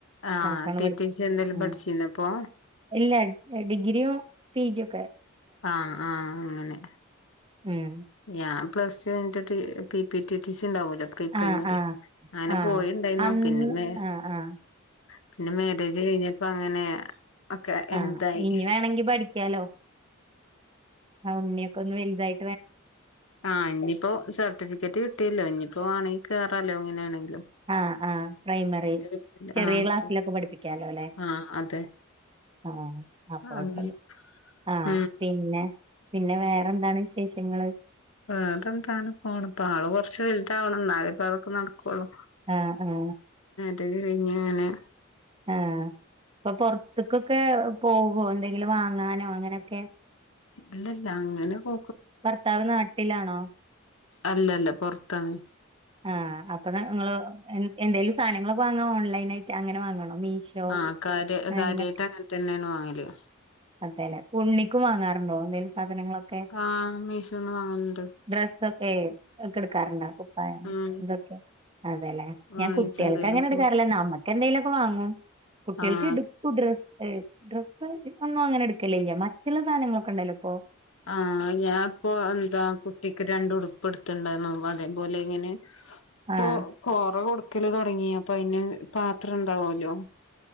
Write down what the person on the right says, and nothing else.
കണക്കാണ്
പഠിപ്പിച്ചെ
ആഹ്
ഇല്ല ഡിഗ്രിയും പി ജിയൊക്കെ
ഉം
ആഹ് ആഹ്
ആഹ്
അന്ന്
ആഹ് ആഹ്
ആഹ്
ഇനി വേണങ്കി പഠിക്കാലോ ആ ഉണ്ണിയൊക്കെ ഒന്ന് വലുതായി
ആഹ ആഹ പ്രൈമറി
ചെറിയ
ക്ലാസ്സിലൊക്കെ പഠിപ്പിക്കാലോ അല്ലെ
ആഹ അപ്പോകുഴപ്പല്ല
ആഹ
പിന്നെ പിന്നെ വേറെ എന്താണ് വിശേഷങ്ങള്
ആഹ ആഹ
ആ പ്പൊ പുറത്തക്കൊക്കെ പോവോ എന്തെങ്കിലും വാങ്ങ ങ്ങാനോ അങ്ങനെയൊക്കെ
ഭർത്താവ് നാട്ടിലാണോ
ആ, അപ്പൊ നിങ്ങള് എന്തെലും സാധനങ്ങൾ വാങ്ങോ ഓൺലൈൻ ആയിട്ട് അങ്ങനെ വാങ്ങണോ. മീഷോ
എന്നൊക്കെ
അതെല്ലെ, ഉണ്ണിക്കും വാങ്ങാറുണ്ടോ എന്തേലും സാധനങ്ങളൊക്കെ
ഡ്രസ്സ് ഒക്കെ <unintelligible> എടുക്കറുണ്ടോ കുപ്പായം
ഇതൊക്കെ അതെല്ലേ, ഞാൻ
കുട്ടികൾക്ക് അങ്ങനെ
എടുക്കാറില്ല, നമ്മക്ക് എന്തെലൊക്കെ വാങ്ങും കുട്ടികൾക്ക്
എടുക്കു ഡ്രെസ് ഡ്രസ്സ് ഒന്നും അങ്ങനെ എടുക്കല്ലേ, ഇല്ല മറ്റുള്ള സാധനങ്ങളൊക്കെ ഉണ്ടല്ലോ ഇപ്പോ
ആഹ്